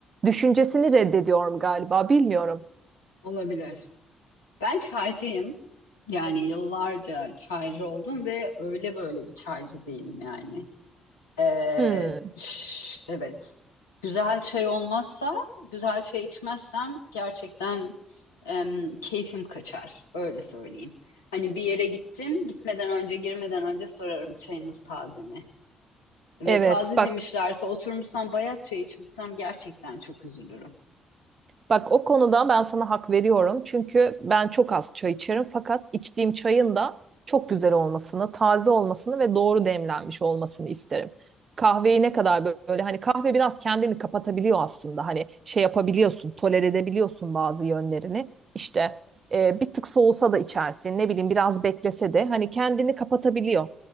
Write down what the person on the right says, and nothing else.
Düşüncesini reddediyorum galiba bilmiyorum.
Hmm,
evet
bak
Bak o konuda ben sana hak veriyorum. Çünkü ben çok az çay içerim. Fakat içtiğim çayın da çok güzel olmasını, taze olmasını ve doğru demlenmiş olmasını isterim. Kahveyi ne kadar böyle hani kahve biraz kendini kapatabiliyor aslında. Hani şey yapabiliyorsun, tolere edebiliyorsun bazı yönlerini. İşte e, bir tık soğusa da içersin, ne bileyim biraz beklese de hani kendini kapatabiliyor.